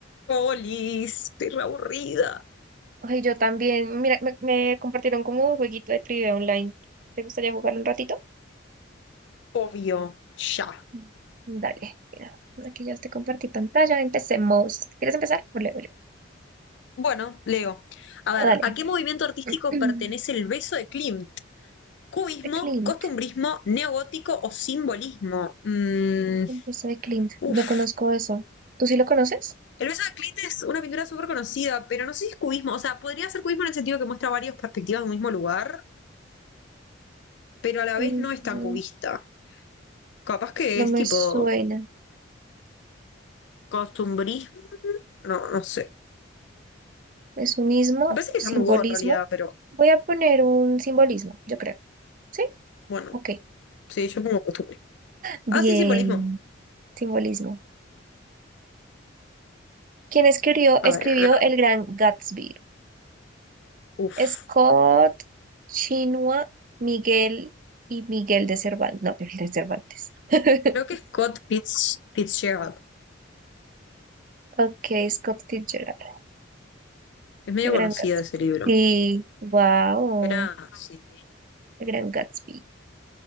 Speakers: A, on the left; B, on the right.
A: Polis, estoy re aburrida.
B: Ay, yo también. Mira, me, me compartieron como un jueguito de trivia online. ¿Te gustaría jugar un ratito?
A: Obvio, ya.
B: Mm. Dale, mira. Aquí ya te compartí pantalla. Empecemos. ¿Quieres empezar? O leo yo.
A: Bueno, leo. A ver,
B: Ah, Dale.
A: ¿a qué movimiento artístico
B: <clears throat>
A: pertenece el beso de Klimt? ¿Cubismo,
B: De Clint.
A: costumbrismo, neogótico o simbolismo? Mm,
B: Empieza de Clint.
A: uf.
B: No conozco eso. ¿Tú sí lo conoces?
A: El beso de Klimt es una pintura súper conocida, pero no sé si es cubismo. O sea, podría ser cubismo en el sentido que muestra varias perspectivas de un mismo lugar, pero a la
B: Mm,
A: vez no es tan cubista. Capaz que
B: no
A: es
B: me
A: tipo
B: suena.
A: costumbrismo. No, no sé.
B: Es un ismo,
A: Me parece que
B: simbolismo.
A: es Among Go en realidad, pero
B: Voy a poner un simbolismo, yo creo. ¿Sí?
A: bueno,
B: Ok.
A: sí, yo pongo costumbre.
B: Bien.
A: Ah, sí, simbolismo.
B: Simbolismo. ¿Quién escribió,
A: A
B: escribió
A: ver,
B: El Gran Gatsby?
A: uff.
B: Scott, Chinua, Miguel y Miguel de Cervantes. No, Miguel de Cervantes. <laughs>
A: Creo que es Scott Fitz, Fitzgerald.
B: Ok, Scott Fitzgerald,
A: Es medio
B: el gran
A: conocido
B: Gatsby.
A: ese libro.
B: Sí, wow,
A: Era, sí,
B: el gran Gatsby.